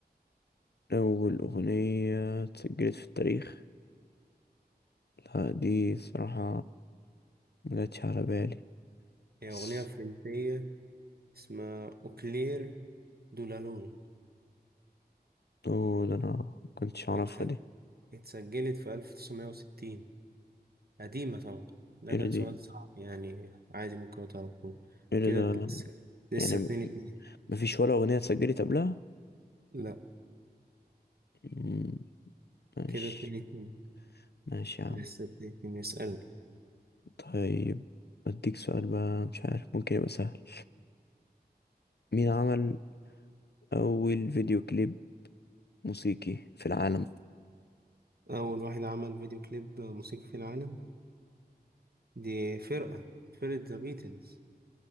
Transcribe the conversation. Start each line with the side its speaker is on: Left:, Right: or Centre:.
Left: أول أغنية اتسجلت في التاريخ لا دي صراحة مجتش على بالي
Right: هي
Left: بس
Right: اغنية فرنسية اسمها اوكلير دولالون
Left: اوه ده أنا مكنتش أعرفها
Right: اتس-
Left: دي
Right: اتسجلت في 1960 قديمة طبعا ده
Left: ايه
Right: كان
Left: ده دي
Right: سؤال صعب يعني عادي ممكن تعرفوه
Left: ايه ده
Right: كده
Left: ده؟
Right: لسه لسه
Left: يعني م-
Right: اتنين اتنين
Left: مفيش ولا أغنية اتسجلت قبلها
Right: لا
Left: مم، ماشي
Right: كده اتنين اتنين
Left: ماشي يا عم
Right: لسه اتنين اتنين يسألني
Left: طيب أديك سؤال بقى مش عارف ممكن يبقى سهل مين عمل أول فيديو كليب موسيقي في العالم؟
Right: أول واحد عمل فيديو كليب موسيقي في العالم دي فرقة فرقة ذا بيتلز